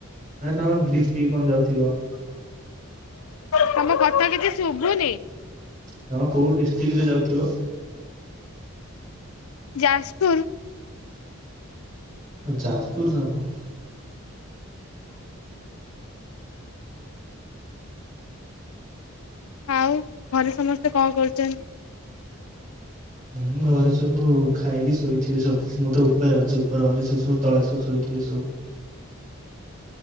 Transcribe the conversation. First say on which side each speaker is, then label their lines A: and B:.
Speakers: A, on the right (about 35°); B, on the left (about 80°).
A: ନାଇଁ ତମ ଡିଷ୍ଟିକ୍ କଣ ଯାଉଥିବ।
B: ତମ କଥା କିଛି ଶୁଭୁନି।
A: ତମେ କୋଉ ଡିଷ୍ଟିକ୍ ରେ ଯାଉଥିବ?
B: ଯାସପୁର।
A: ଓ ଯାଜପୁର ତମ।
B: ଆଉ ଘରେ ସମସ୍ତେ କଁ କରୁଚନ୍ତି?
A: ମୁଁ ଘରେ ସବୁ ଖାଇକି ଶୋଇଥିବେ ସବୁ ମୁଁ ତ ଉପରେ ଅଛି ଉପର ଘରେ ସେ ସବୁ ତଳେ ସବୁ ଶୋଇଥିବେ ସବୁ।